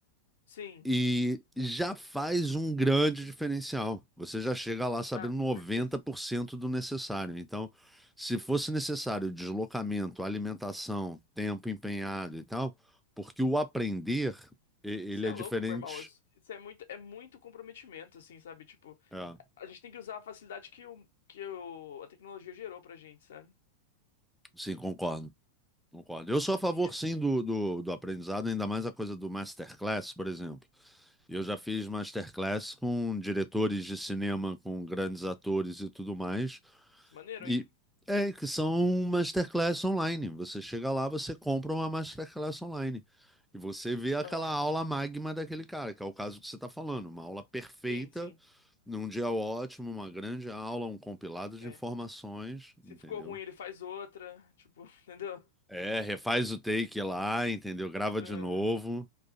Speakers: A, on the left; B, in the centre.
A: Sim.
B: E já faz um grande diferencial. Você já chega lá sabendo
A: Ah, com
B: 90%
A: certeza.
B: do necessário. Então, se fosse necessário deslocamento, alimentação, tempo empenhado e tal, porque o aprender, e- ele
A: Você é
B: é
A: louco,
B: diferente.
A: meu irmão. Isso isso é muito, é muito comprometimento, assim, sabe? Tipo,
B: É,
A: A gente tem que usar a facilidade que, o, que o, a tecnologia gerou pra gente, sabe?
B: sim, concordo. Concordo. Eu sou a favor,
A: Isso.
B: sim, do, do, do aprendizado, ainda mais a coisa do masterclass, por exemplo. Eu já fiz masterclass com diretores de cinema, com grandes atores e tudo mais.
A: Isso é maneiro,
B: E
A: hein?
B: é que são masterclass online. Você chega lá, você compra uma masterclass online. E você vê aquela
A: Aham.
B: aula magma daquele cara, que é o caso que você está falando. Uma aula perfeita,
A: Sim, sim.
B: num dia ótimo, uma grande aula, um compilado de
A: É.
B: informações,
A: Se
B: entendeu?
A: ficou ruim, ele faz outra. Tipo, <laughs> entendeu?
B: É, refaz o take lá, entendeu? Grava
A: Aham.
B: de novo.